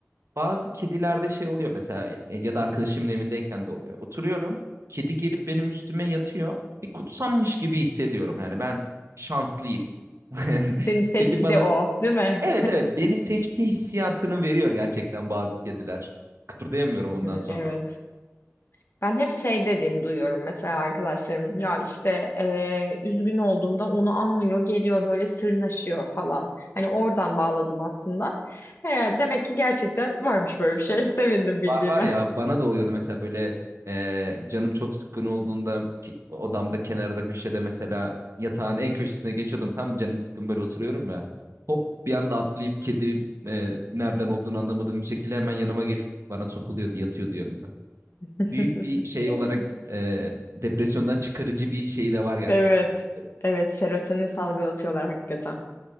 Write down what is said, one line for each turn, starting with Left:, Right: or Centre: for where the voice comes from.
Right: Bazı kedilerde şey oluyor mesela e, ya da arkadaşımın evindeyken de oluyor. Oturuyorum. Kedi gelip benim üstüme yatıyor. Bir kutsanmış gibi hissediyorum. Yani ben şanslıyım. <laughs> Yani
Left: Seni seçti
Right: Kedi bana
Left: o, değil mi?
Right: evet evet beni seçti hissiyatını veriyor gerçekten bazı kediler. Kıpırdayamıyorum ondan
Left: Hı,
Right: sonra.
Left: evet. Ben hep şey dediğini duyuyorum mesela arkadaşlarım ya işte eee, üzgün olduğumda onu anlıyor geliyor böyle sırnaşıyor falan. Hani oradan bağladım aslında. He, demek ki gerçekten varmış böyle bir şey. <laughs> Sevindim bildiğime.
Right: Var var ya bana da oluyordu mesela böyle e, canım çok sıkkın olduğunda ki- odamda kenarda köşede mesela yatağın en köşesine geçiyordum tam canım sıkkın böyle oturuyorum ya. Hop bir anda atlayıp kedi e, nereden olduğunu anlamadığım bir şekilde hemen yanıma gelip bana sokuluyordu yatıyordu yanımda.
Left: <laughs>
Right: Büyük bir şey olarak e, depresyondan çıkarıcı bir şeyi de var gerçekten
Left: Evet.
Right: kedilerin.
Left: Evet serotonin salgılatıyorlar hakikaten.